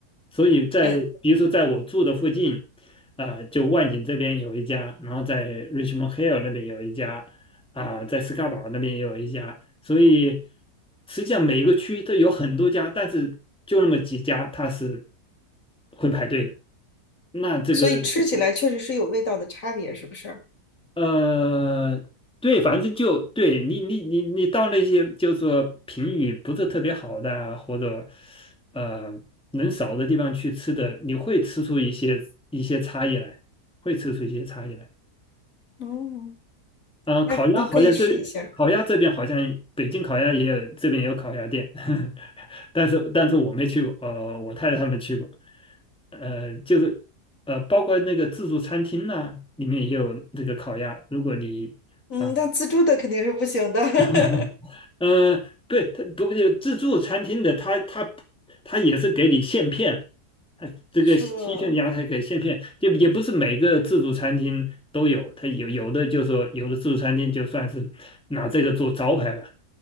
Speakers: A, in the centre; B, on the left.
A: 所以在比如说在我住的附近，
B: 嗯，
A: 啊，就万景这边有一家，然后在 Richmond Hill 那边有一家，啊、在斯卡堡那边也有一家，所以实际上每个区都有很多家，但是就那么几家它是会排队的。那这个
B: 所以吃起来确实是有味道的差别，是不是？
A: 呃，对，反正就对你，你，你，你到那些就是说评语不是特别好的啊或者呃人少的地方去吃的，你会吃出一些一些差异来，会吃出一些差异来。
B: 嗯，
A: 啊、
B: 那那可以试一下。
A: 烤鸭好像这里烤鸭这边好像北京烤鸭也有，这边也有烤鸭店，<laughs> 但是但是我没去过，呃，我太太他们去过，呃，就是呃，包括那个自助餐厅呐、里面也有那个烤鸭，如果你。
B: 嗯，
A: 啊。
B: 那自助的肯定是不行的。
A: <laughs>
B: <laughs>
A: 呃，对，它不过自助餐厅的，它它它也是给你现片，它这个新新鲜的羊才给现片，
B: 是吗？
A: 就也不是每个自助餐厅都有，它有有的就说有的自助餐厅就算是拿这个做招牌吧，